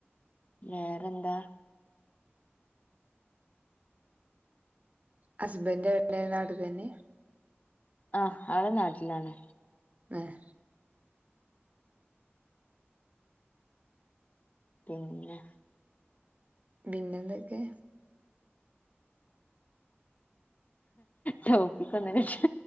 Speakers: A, on the left; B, on the right.
A: വേറെന്താ
B: ഹസ്ബന്റ് എവടെ നാട്ട്ലെന്നെ
A: ആഹ് ആള് നാട്ടിലാണ്
B: എഹ്
A: പിന്നെ
B: പിന്നെന്തൊക്കെ
A: ടോപ്പിക്ക് ഒന്നും <unintelligible>